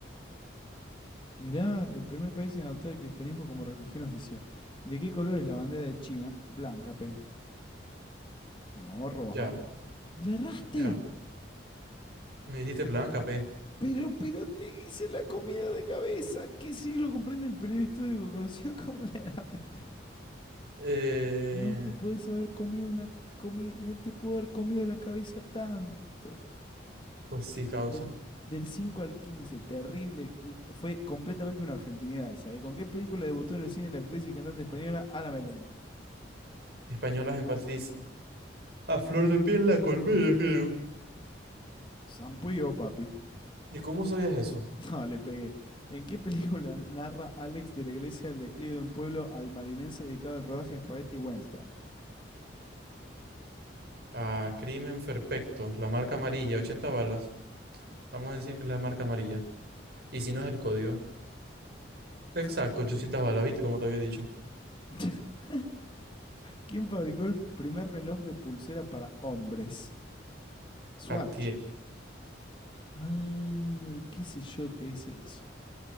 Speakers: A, on the left; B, on the right.
A: Mirá, el primer país en adoptar el cristianismo como religión oficial. ¿De qué color es la bandera de China? Blanca, P. No, roja.
B: Ya,
A: ¡Le erraste!
B: ya. Me dijiste blanca, pe.
A: Pero, pero te hice la comida de cabeza. ¿Qué siglo comprende el periodo histórico conocido como la Edad Media?
B: Eh,
A: No te puedes haber comido una comida. No te puedo haber comido la cabeza tanto.
B: pues sí, causa.
A: Del, del 5 al 15, terrible. l- Fue completamente una argentinidad esa, ¿eh? ¿Con qué película debutó en el cine la actriz y cantante española Ana Belén?
B: Españolas en Patriz. A flor de piel la colmena, creo.
A: Sampuyo, papi.
B: ¿Y cómo sabías eso?
A: <laughs> No, le pegué. ¿En qué película narra Alex de la Iglesia el declive de un pueblo almarinense dedicado al rodaje de Spaghetti Western?
B: A Crimen Perfecto, la marca amarilla, 80 balas. Vamos a decir que es la marca amarilla. Y si no es el código. Exacto, 800 balas, ¿viste? Como te había dicho.
A: <laughs> ¿Quién fabricó el primer reloj de pulsera para hombres? Swatch.
B: Cartier.
A: Ay, qué sé yo qué es eso.